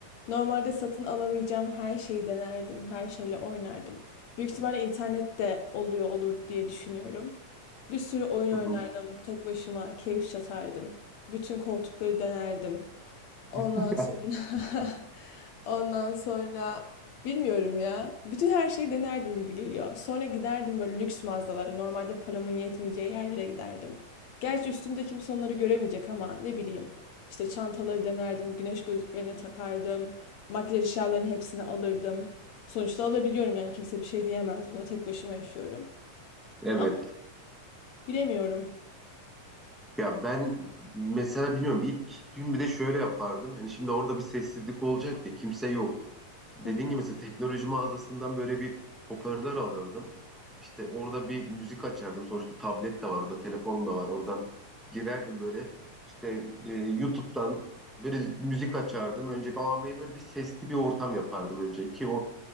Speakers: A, on the left; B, in the centre.
A: Normalde satın alamayacağım her şeyi denerdim, her şeyle oynardım. Büyük ihtimalle internette oluyor olur diye düşünüyorum. Bir sürü oyun
B: hı
A: oynardım,
B: hı.
A: tek başıma keyif çatardım. Bütün koltukları denerdim. Ondan
B: <laughs>
A: sonra <laughs> ondan sonra Bilmiyorum ya. Bütün her şeyi denerdim gibi geliyor. Sonra giderdim böyle lüks mağazalara. Normalde paramın yetmeyeceği yerlere giderdim. Gerçi üstümde kimse onları göremeyecek ama ne bileyim. İşte çantaları denerdim, güneş gözlüklerine takardım. Makyaj eşyalarının hepsini alırdım. Sonuçta alabiliyorum yani kimse bir şey diyemez buna. Tek başıma yaşıyorum.
B: Evet.
A: Ama bilemiyorum.
B: Ya ben mesela bilmiyorum ilk gün bir de şöyle yapardım. Hani şimdi orada bir sessizlik olacak ya kimse yok. Dediğim
A: <laughs>
B: gibi mesela teknoloji mağazasından böyle bir hoparlör alırdım. İşte orada bir müzik açardım. Sonuçta tablet de var, orada telefon da var. Oradan girerdim böyle. İşte e, YouTube'dan böyle müzik açardım. Önce babamaya böyle bir sesli bir ortam yapardım önce ki o